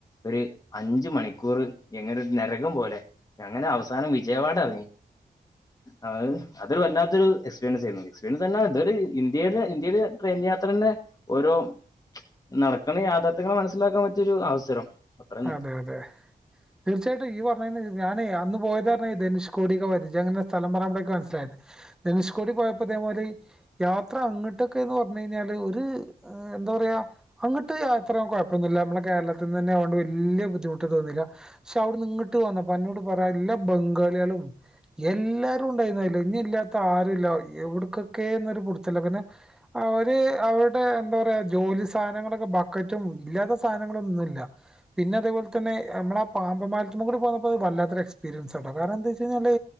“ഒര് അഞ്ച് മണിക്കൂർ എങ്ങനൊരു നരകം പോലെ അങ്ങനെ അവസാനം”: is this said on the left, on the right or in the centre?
Left